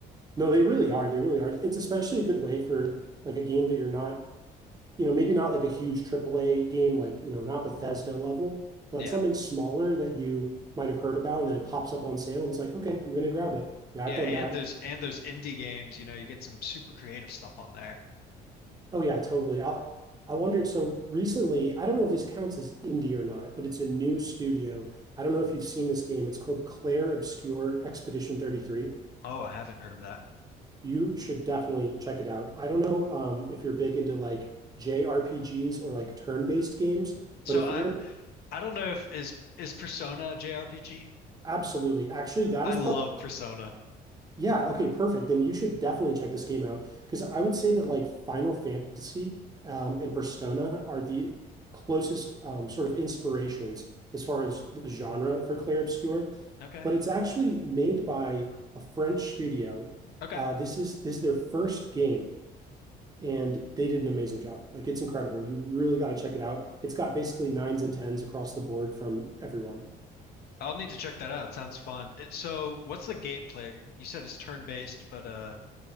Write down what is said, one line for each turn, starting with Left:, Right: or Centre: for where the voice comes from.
Right: No, they really are. They really are. It's especially a good way for like a game that you're not you know, maybe not like a huge AAA game, like, you know, not Bethesda level, but
Left: Yeah.
Right: something smaller that you might have heard about and then it pops up on sale and it's like, okay, I'm gonna grab it. Yeah,
Left: Yeah,
Right: I've done
Left: and
Right: that.
Left: those and those indie games, you know, you get some super creative stuff on there.
Right: Oh yeah, totally. I'll I wonder, so recently, I don't know if this counts as indie or not, but it's a new studio. I don't know if you've seen this game. It's called Claire Obscure Expedition 33.
Left: Oh, I haven't heard of that.
Right: You should definitely check it out. I don't know um, if you're big into like JRPGs or like turn-based games,
Left: So
Right: but if
Left: I
Right: you're
Left: I don't know if is is Persona a JRPG?
Right: absolutely, actually, that
Left: I
Right: is
Left: love
Right: probably
Left: Persona.
Right: Yeah, okay, perfect. Then you should definitely check this game out because I would say that like Final Fantasy um, and Persona are the closest um, sort of inspirations as far as the genre for Clair Obscur.
Left: Okay.
Right: But it's actually made by a French studio.
Left: Okay.
Right: Uh, this is this is their first game, and they did an amazing job. Like it's incredible. You really got to check it out. It's got basically nines and tens across the board from everyone.
Left: I'll need to check that out. Sounds fun. It, so what's the gameplay? You said it's turn-based, but uh